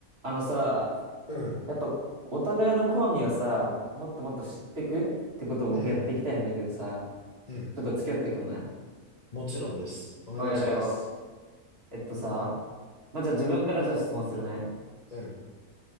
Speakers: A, on the right; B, on the left.
A: あのさ、
B: うん、
A: やっぱお互いの好みをさ、もっともっと知ってくってことを僕やっていきたいんだけどさ、
B: うん、うん、うん。
A: ちょっと付き合ってくんない
B: もちろんです。お願いします。
A: お、やろうやろう。えっとさ、まあ、じゃあ自分からじゃあ質問するね。
B: うん、